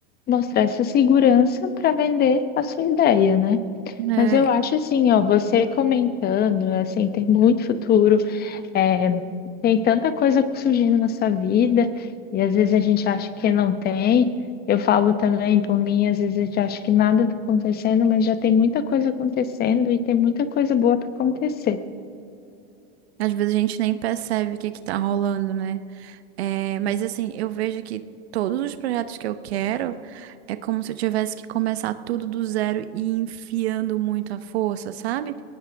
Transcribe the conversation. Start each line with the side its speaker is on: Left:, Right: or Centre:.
Left: mostrar essa segurança para vender a sua ideia, né?
Right: É,
Left: Mas eu acho assim, ó, você comentando, assim, tem muito futuro. É, tem tanta coisa surgindo na sua vida e às vezes a gente acha que não tem. Eu falo também por mim, às vezes a gente acha que nada está acontecendo, mas já tem muita coisa acontecendo e tem muita coisa boa para acontecer.
Right: às vezes a gente nem percebe o que que tá rolando, né? É, mas assim, eu vejo que todos os projetos que eu quero é como se eu tivesse que começar tudo do zero e enfiando muito a força, sabe?